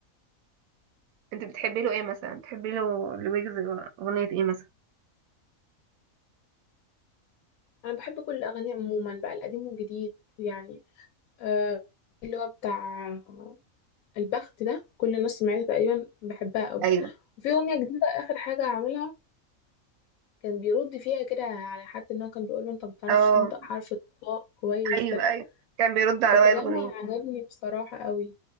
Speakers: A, on the right; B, on the left.
A: انت بتحبي له ايه مثلا بتحبي له لويجز اغنيه ايه مثلا
B: انا بحب كل الاغاني عموما بقى القديم والجديد يعني آه اللي هو بتاع البخت ده كل الناس سمعتها تقريبا بحبها قوي
A: ايوه
B: وفي اغنيه جديده اخر حاجه عاملها كان بيرد فيها كده على حد ان هو كان بيقول له انت ما بتعرفش
A: اه
B: تنطق حرف الطاء كويس
A: ايوه
B: ده
A: ايوه كان بيرد على
B: فكلامها
A: وائل غنيم
B: عجبني بصراحه قوي